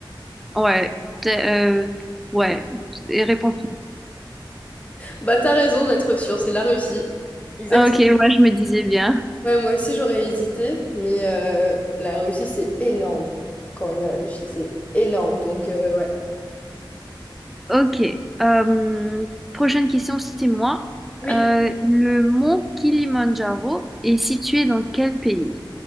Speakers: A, in the centre; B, on the left.
A: Ouais, t- euh, ouais. Et réponse.
B: Bah, t'as raison d'être sûr, c'est la Russie. Exact.
A: Ok, ouais, je me disais bien.
B: Ouais, moi aussi, j'aurais hésité, mais euh, la Russie, c'est énorme. Quand on y réfléchit, c'est énorme. Donc, euh, ouais.
A: Ok. Euh, prochaine question, c'est moi.
B: Oui.
A: Euh, le mont Kilimandjaro est situé dans quel pays?